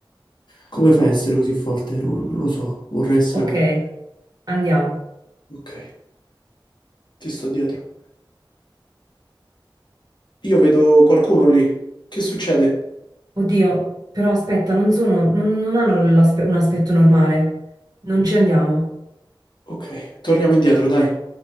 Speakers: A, on the left; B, on the right.
A: Come fai a essere così forte? Non, non lo so, vorrei essere
B: Ok,
A: come te.
B: andiamo.
A: Ok, ti sto dietro. Io vedo qualcuno lì. Che succede?
B: Oddio, però aspetta, non sono, non, non hanno l'aspe- un aspetto normale. Non ci andiamo.
A: Ok, torniamo indietro, dai.